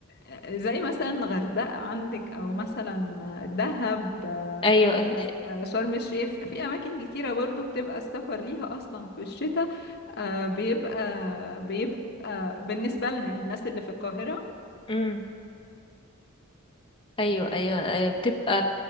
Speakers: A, on the left; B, on the left.
A: آه، زي مثلا الغردقة عندك او مثلا دهب آه،
B: ايوه الح-
A: آه، شرم الشيخ في اماكن كتيرة برضو بتبقى السفر ليها اصلا في الشتاء آه بيبقى بيبقى بالنسبة لنا يعني الناس اللي في القاهرة
B: امم ايوه ايوه آه، بتبقى